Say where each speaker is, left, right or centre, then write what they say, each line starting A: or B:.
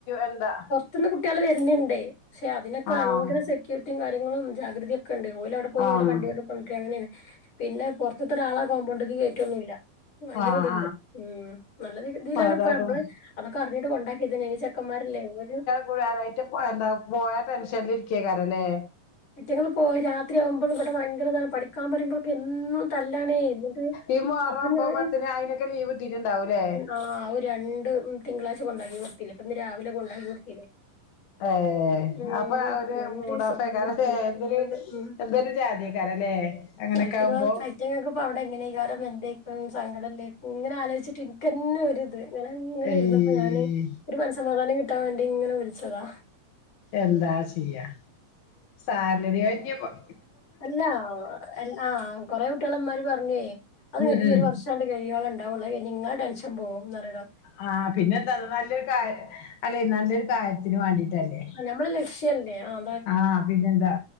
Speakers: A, on the left; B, on the left.
A: എന്താ
B: പുറത്തുന്ന് കുട്ടികൾ വരുന്നുണ്ടേ പക്ഷെ അതിനൊക്കെ
A: ആഹ്
B: ഭയങ്കര സെക്യൂരിറ്റിയും കാര്യങ്ങളും ജാഗ്രതയൊക്കെ ഉണ്ടേ ഒലവിടെ- പോ പോലെ
A: ആഹ്
B: വണ്ടി കൊണ്ട് കൊണ്ട അങ്ങനെയാണ് പിന്നെ പുറത്തൂന്നൊരാളെ കോമ്പൗണ്ടക്ക് കയറ്റൊന്നുമില്ല ഭയങ്കരത്ണ്ട്
A: ആഹ്
B: ഉം നല്ല രീതിയിലാണ്
A: ആഹ് ഏതായാലും
B: ഇപ്പ നമ്മള് അതൊക്കെ അറിഞ്ഞിട്ട് കൊണ്ടാക്കിയതല്ലേ ഇനി ചെറ്ക്കന്മാരല്ലേ ഓര്-
A: പോഴാനായിട്ട് പോ എന്താ പോയ ടെൻഷനിൽ ഇരിക്കേയാണില്ലേ
B: ഐറ്റങ്ങൾ പോയി രാത്രിയാകുമ്പം ഇവിടെ ഭയങ്കര ഇതാണ് പഠിക്കാൻ പറയുമ്പോഴൊക്കെ എന്നും തല്ലാണേ ഇവര്
A: ഈ മുഹറം
B: അപ്പൊ
A: ഒമ്പത്
B: ഞാന്
A: പത്തിന് അയിനൊക്കെ ലീവ് ഇട്ടിട്ടുണ്ടാവൂലേ
B: ആഹ് ഒരു രണ്ട് തിങ്കളാഴ്ച കൊണ്ടാക്കി കൊടുത്തില്ലേ ഇപ്പൊ ഇന്ന് രാവിലെ കൊണ്ടാക്കി കൊടുത്തില്ലേ
A: ഏ
B: ഉം
A: അപ്പൊ അവരു
B: രണ്ടീസം
A: മൂടോഫായിക്കാണും
B: മൂന്നീസം
A: അത എന്തൊരു
B: ഉം
A: എന്തൊരു ജാതിക്കാരല്ലേ അങ്ങനൊക്കെ
B: ഐറ്റങ്ങൾ
A: ആകുമ്പോ
B: ഐറ്റങ്ങൾക്ക് ഇപ്പ അവിടെ എങ്ങനെയ കാലം എന്തേക്കും സങ്കടംന്തേക്കും ഇങ്ങനെ ആലോചിട്ട് എനിക്ക് തന്നെ ഒരിത് അങ്ങനെ ഇങ്ങനെ
A: ഏയ്
B: ഇര്ന്നപ്പൊ ഞാന് ഒരു മനസമാധാനം കിട്ടാൻ വേണ്ടി ഇങ്ങനെ വിളിച്ചതാ
A: എന്താ ചെയ്യാ സാഹചര്യം പ്പോ-
B: അല്ലാ ആഹ് കൊറെ കുട്ടികളമാര് പറഞ്ഞേ അത് എനിക്ക്
A: ഉം ഉം
B: ഈരു വർഷ കഴിയ്മ്പോഴെ ഉണ്ടാവുള്ളു ഇനി നിങ്ങടെ ടെൻഷൻ പോകും എന്ന് പറഞ്ഞുല്ലോ
A: ആഹ് പിന്നെ എന്താന്ന നല്ലൊരു കാര് അല്ലെ നല്ലൊരു കാര്യത്തിന് വേണ്ടീട്ടല്ലേ
B: നമ്മടെ ലക്ഷ്യ അല്ലേ ആഹ്
A: ആഹ് പിന്നെന്താ